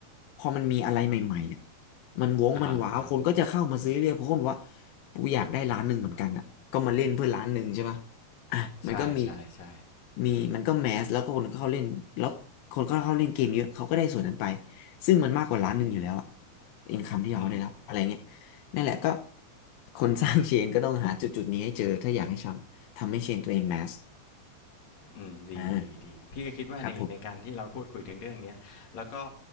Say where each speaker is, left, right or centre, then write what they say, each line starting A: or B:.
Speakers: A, on the left; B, on the left.
A: พอมันมีอะไรใหม่ๆอะ มันวงมันหวาวคนก็จะเข้ามาซื้อเรื่อยเพราะคนบอกว่า
B: อ่าฮะครับ
A: กูอยากได้ร้านหนึ่งเหมือนกันอ่ะก็มาเล่นเพื่อร้านหนึ่งใช่ปะอ่ะมันก็มี
B: ใช่ใช่ใช่
A: มีมันก็แมสแล้วก็คนเข้าเล่นแล้วคนก็เข้าเล่นเกมเยอะเขาก็ได้ส่วนนั้นไปซึ่งมันมากกว่าร้านหนึ่งอยู่แล้วอะอินคัมที่เขาได้รับอะไรเงี้ย
B: อืม
A: นั่นแหละก็คนสร้างเชนก็ต้องหาจุดจุดนี้ให้เจอถ้าอยากให้ทำทำให้เชนตัวเองแมส
B: อืมดีดีดีพี่ก็คิดว่าในในการที่เราพูดคุยถึงเรื่องเนี้ยแล้วก็
A: อ่าครับผม